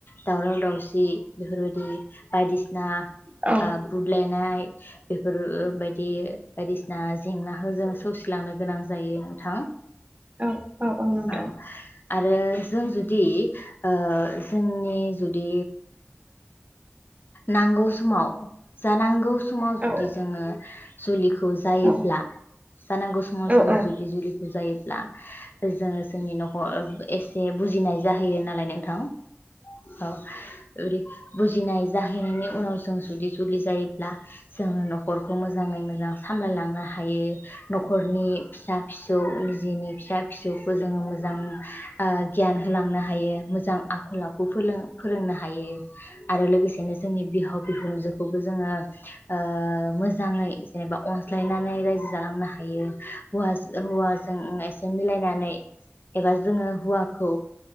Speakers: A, on the left (about 50°); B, on the right (about 30°).
A: दावराव दावसि बेफोरबायदि बायदिसिना
B: औ
A: ना बुदलायनाय बेफोरबायदि बायदिसिना जेंनाखौ जों सौसि लांनो गोनां जायो थां
B: औ नोंथां
A: <inaudible> औ आरो जों जुदि जुदि जोंनि जुदि नांगौ समाव जा नांगौ समाव
B: औ
A: जुदि जोंङो <unintelligible> खौ जायोब्ला
B: औ
A: जानांगौ समाव
B: औ
A: जोंङो
B: औ
A: जुदि जुलिखौ जायोब्ला जोंङो जोंनि नखर एसे बुजिनाय जाहैयो नालाय नोंथां औ <unintelligible> जाहैनायनि उनाव जों जुदि जुलि जायोब्ला जोङो नखरखौ मोजांङै मोजां सामलायलांनो हायो हायो न'खरनि फिसा फिसौ जिनि फिसा फिसौखौ जोङो मोजां ओ गियान होलांनो हायो मोजां आखल आखु फोरोंनो हायो आरो लोगोसेनो जोंनि बिहाव बिहुनजोखौ जोङो ओ मोजाङै जेनेबा अनज्लायनानै रायजो जालांनो हायो हौवा हौवाजों एसे मिलायनानै <unintelligible> एबा जोङो हुवाखौ